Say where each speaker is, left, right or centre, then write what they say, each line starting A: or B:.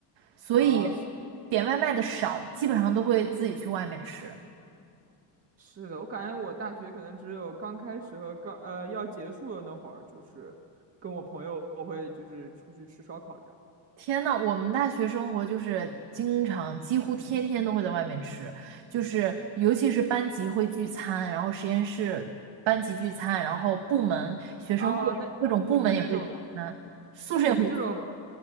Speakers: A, on the right; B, on the right.
A: 所以
B: 啊。是
A: 点外卖的少，基本上都会自己去外面吃。
B: 是的，我感觉我大学可能只有刚开始和刚呃要结束的那会儿，就是跟我朋友我会就是出去吃烧烤这样。
A: 天呐，我们大学生活就是经常，几乎天天都会在外面吃，就是尤其是班级会聚餐，然后实验室班级聚餐，然后部门学生会各种部门也会聚餐，
B: 哦，那你们这种。
A: 宿舍也会聚。
B: 那你们这种，